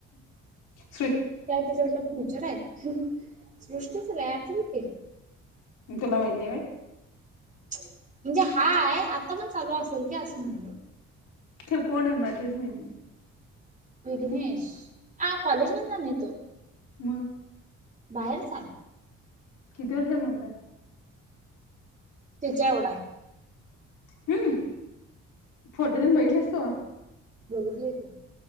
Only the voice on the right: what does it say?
त्या त्या जेव फ्युचर आहे सृष्टीचं ह
म्हणजे हा आहे आता पण चालू असेल क अस म्हणजे
विघ्नेश ह कॉलेज मधला नाही तो
बाहेरचा.
तिच्या एवढा आहे.
बघितलं की